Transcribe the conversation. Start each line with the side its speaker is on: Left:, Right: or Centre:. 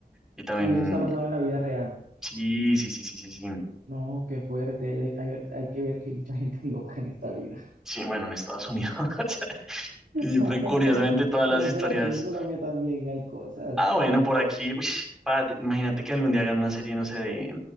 Centre: Y también,
Right: Y eso está basado en la vida real.
Centre: sí, sí, sí, sí, sí, sí.
Right: No, qué fuerte. de- hay, ver- hay que ver que hay mucha gente <laughs> loca en esta vida.
Centre: Sí, bueno, en Estados Unidos. <laughs>
Right: <laughs>
Centre: que Siempre, curiosamente, todas las
Right: No,
Centre: historias
Right: pero aquí en Colombia también hay cosas.
Centre: Ah, bueno, por aquí. Uy, padre, imagínate que algún día hagan una serie, no sé, de.